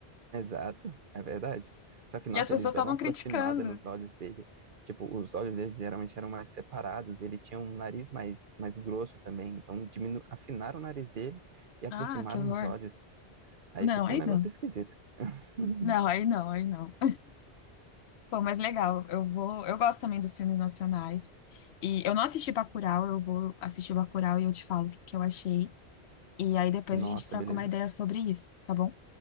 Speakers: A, on the right; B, on the left.
A: Exato, é verdade. Só que, nossa,
B: E as pessoas
A: eles deram
B: estavam
A: uma aproximada
B: criticando.
A: nos olhos dele. Tipo, os olhos dele geralmente eram mais separados, ele tinha um nariz mais, mais grosso também, então diminu... afinaram o nariz dele e aproximaram
B: Ah, que horror.
A: os olhos. Aí
B: Não,
A: ficou
B: aí
A: um negócio
B: não.
A: esquisito. <laughs>
B: Não, aí não, aí não. Bom, mas legal, eu vou. Eu gosto também dos filmes nacionais. E eu não assisti Bacurau, eu vou assistir Bacurau e eu te falo o que que eu achei. E aí depois
A: Nossa,
B: a gente troca
A: beleza.
B: uma ideia sobre isso, tá bom?